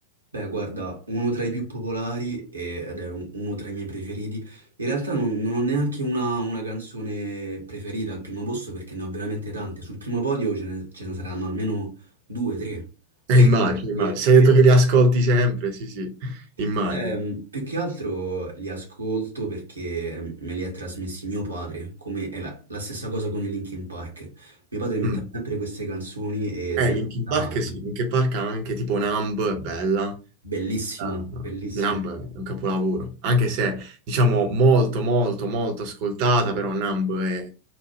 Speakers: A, on the right (about 75°); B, on the right (about 45°).
A: Beh, guarda, uno tra i più popolari e- ed è un- uno tra i miei preferiti. In realtà non, non ho neanche una, una canzone preferita al primo posto perché ne ho veramente tante. Sul primo podio ce ne, ce ne saranno almeno due, tre.
B: Eh,
A: <laughs>
B: immagino,
A: Perché,
B: immagino. Se hai detto che li ascolti sempre, sì, sì, immagino.
A: ehm, più che altro li ascolto perché me li ha trasmessi mio padre, come è la, la stessa cosa con i Linkin Park. Mio padre metteva
B: Mm.
A: sempre queste canzoni e
B: Eh,
A: da lì
B: Linkin
A: è stata
B: Park sì, Linkin Park ha anche tipo Numb, è bella.
A: bellissima,
B: Eh,
A: bellissima.
B: Numb è un capolavoro, anche se diciamo molto, molto, molto ascoltata, però Numb è,